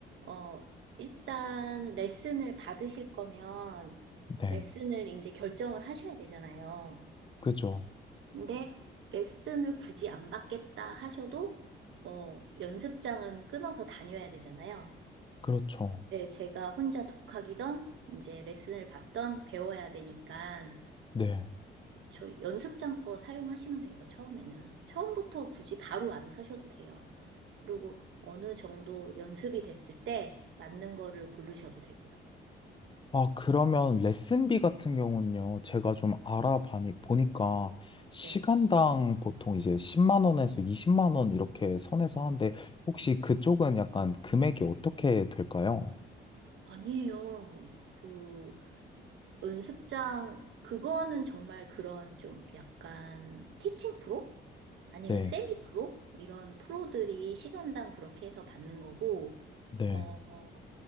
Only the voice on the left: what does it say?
네.
그죠.
그렇죠.
네.
아, 그러면 레슨비 같은 경우는요, 제가 좀 알아보니, 보니까, 시간당
보통 이제 10만 원에서 20만 원 이렇게 선에서 하는데, 혹시 그쪽은 약간 금액이 어떻게 될까요?
네,
네,